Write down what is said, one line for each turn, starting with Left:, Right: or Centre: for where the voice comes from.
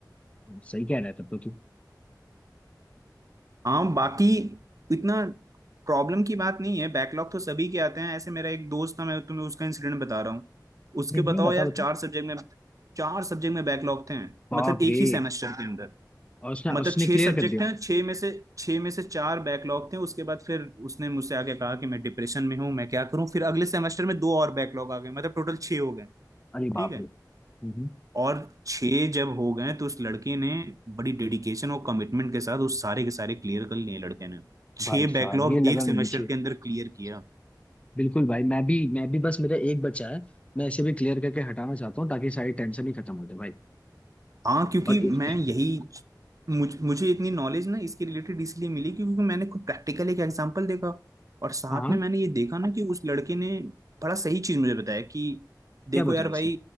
Left: हाँ, सही कह रहा है तब तो तू
Right: हाँ बाकी इतना प्रॉब्लम की बात नहीं है बैकलॉग तो सभी के आते हैं ऐसे मेरा एक दोस्त था मैं तुम्हें उसका इंसिडेंट बता रहा हूँ उसके
Left: हम्म
Right: बताओ
Left: हम्म, बता
Right: यार
Left: बता
Right: चार सब्जेक्ट में चार सब्जेक्ट में बैकलॉग थे
Left: बाप
Right: मतलब एक
Left: रे
Right: ही सेमेस्टर के अंदर
Left: और उसने
Right: मतलब
Left: उसने
Right: छह
Left: क्लियर
Right: सब्जेक्ट
Left: कर दिया
Right: हैं छह में से छह में से चार बैकलॉग थे उसके बाद फिर उसने मुझसे आके कहा कि मैं डिप्रेशन में हूँ मैं क्या करूँ फिर अगले सेमेस्टर में दो और बैकलॉग आ गए मतलब टोटल छह हो गए
Left: अरे बाप
Right: ठीक है
Left: रे हम्म हम्म,
Right: और छह जब हो गए तो उस लड़के ने बड़ी डेडिकेशन और कमिटमेंट के साथ उस सारे के सारे क्लियर कर लिए लड़के ने छह
Left: भाई साहब
Right: बैकलॉग
Left: ये लगन
Right: एक सेमेस्टर
Left: होनी चाहिए
Right: के अंदर क्लियर किया
Left: बिल्कुल भाई मैं भी मैं भी बस मेरा एक बच्चा है मैं इसे भी क्लियर करके हटाना चाहता हूँ ताकि सारी टेंशन ही खत्म हो जाए भाई
Right: हाँ क्योंकि
Left: और
Right: मैं
Left: एक-
Right: यही मुझ, मुझे इतनी नॉलेज ना इसके रिलेटेड इसलिए मिली क्योंकि मैंने खुद प्रैक्टिकल एक एग्जांपल देखा और साथ
Left: हाँ हाँ
Right: में मैंने ये देखा ना कि उस लड़के ने बड़ा सही चीज मुझे बताया कि देखो
Left: क्या बताया
Right: यार
Left: उसने
Right: भाई